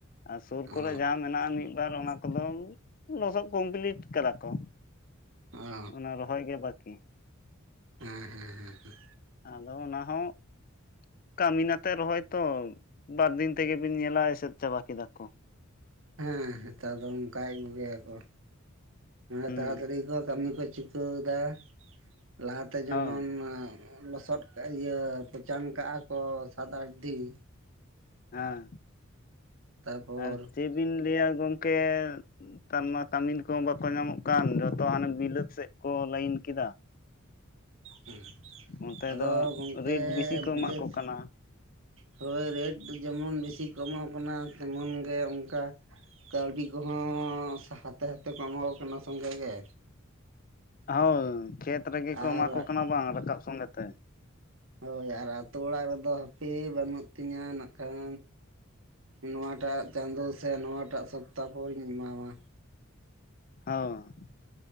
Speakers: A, on the left (about 40°); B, on the right (about 65°).
A: ᱟᱨ ᱥᱳᱨ
B: ᱚ
A: ᱠᱚᱨᱮ ᱡᱟᱦᱟᱸ ᱢᱮᱱᱟᱜ-ᱟ ᱢᱤᱫ ᱵᱟᱨ ᱚᱱᱟ ᱠᱚᱫᱚ ᱞᱚᱥᱚᱫ ᱠᱚᱢᱯᱞᱤᱴ ᱠᱟᱫᱟ ᱠᱚ ᱾
B: ᱚ
A: ᱚᱱᱟ ᱨᱚᱦᱚᱭ ᱜᱮ ᱵᱟᱠᱤ
B: ᱦᱮᱸ ᱦᱮᱸ ᱦᱮᱸ ᱦᱮᱸ
A: ᱟᱫᱚ ᱚᱱᱟ ᱦᱚᱸ ᱠᱟᱹᱢᱤᱱ ᱟᱛᱮ ᱨᱚᱦᱚᱭ ᱛᱚ ᱵᱟᱨ ᱫᱤᱱ ᱛᱮᱜᱮᱵᱤᱱ ᱧᱮᱞᱟ ᱮᱥᱮᱫ ᱪᱟᱵᱟ ᱠᱮᱫᱟ ᱠᱚ᱾
B: ᱦᱮᱸ ᱱᱮᱛᱟᱨ ᱫᱚ ᱚᱱᱠᱟ ᱭᱮᱜ ᱜᱮᱭᱟᱠᱚ ᱢᱟᱱᱮ
A: ᱦᱩᱸ
B: ᱛᱟᱲᱟᱛᱟᱲᱤ ᱠᱚ ᱠᱟᱹᱢᱤ ᱠᱚ ᱪᱩ ᱠᱟᱹᱣ ᱫᱟ ᱞᱟᱦᱟᱛᱮ ᱡᱮᱢᱚᱱ
A: ᱦᱳᱭ
B: ᱞᱚᱥᱚᱫ ᱠᱟᱫ ᱤᱭᱟᱹ ᱯᱚᱪᱟᱱ ᱠᱟᱜ-ᱟ ᱠᱚ ᱥᱟᱛ ᱟᱴ ᱫᱤᱱ
A: ᱦᱮᱸ
B: ᱛᱟᱨᱯᱚᱨ
A: ᱟᱨ ᱪᱮᱫ ᱵᱤᱱ ᱞᱟᱹᱭᱟ ᱜᱚᱝᱠᱮ ᱱᱮᱛᱟᱨᱢᱟ ᱠᱟᱹᱢᱤᱱ ᱠᱚᱦᱚᱸ ᱵᱟᱠᱚ ᱧᱟᱢᱚᱜ ᱠᱟᱱ ᱡᱚᱛᱚ ᱦᱟᱱᱮ ᱵᱤᱞᱟᱹᱛ ᱥᱮᱫ ᱠᱚ ᱞᱟᱹᱭᱤᱱ ᱠᱮᱫᱟ
B: ᱦᱮᱸ
A: ᱚᱱᱛᱮ
B: ᱟᱫᱚ
A: ᱫᱚ
B: ᱜᱚᱝᱠᱮ
A: ᱨᱮᱴ ᱵᱮᱥᱤ ᱠᱚ
B: ᱵᱤᱞᱟᱹᱛ
A: ᱮᱢᱟ ᱠᱚ ᱠᱟᱱᱟ
B: ᱦᱳᱭ ᱨᱮᱴ ᱡᱮᱢᱚᱱ ᱵᱮᱥᱤ ᱠᱚ ᱮᱢᱟ ᱠᱚ ᱠᱟᱱᱟ ᱛᱮᱢᱚᱱ ᱜᱮ ᱚᱱᱠᱟ ᱠᱟᱹᱣᱰᱤ ᱠᱚᱦᱚᱸ ᱦᱟᱛᱮ ᱦᱟᱛᱮ ᱠᱚ ᱮᱢᱟᱣᱴ ᱠᱚ ᱠᱟᱱᱟ ᱥᱚᱸᱜᱮ ᱜᱮ᱾
A: ᱦᱳᱭ ᱠᱷᱮᱛ ᱨᱮᱜᱮ
B: ᱟᱨ
A: ᱠᱚ ᱮᱢᱟ ᱠᱚ ᱠᱟᱱᱟ ᱵᱟᱝ ᱨᱟᱠᱟᱵ ᱥᱚᱸᱜᱮ ᱛᱮ᱾
B: ᱦᱳᱭ ᱟᱨ ᱟᱛᱳ ᱚᱲᱟᱜ ᱨᱮᱫᱚ ᱦᱟᱯᱮ ᱵᱟᱹᱱᱩᱜ ᱛᱤᱧᱟᱹ ᱱᱟᱜ ᱠᱷᱟᱱ ᱱᱚᱣᱟ ᱴᱟᱜ ᱪᱟᱸᱫᱳ ᱥᱮ ᱱᱚᱣᱟᱴᱟᱜ ᱥᱚᱯᱛᱟᱦᱚ ᱯᱚᱨᱤᱧ ᱮᱢᱟᱢᱟ᱾
A: ᱦᱚᱸ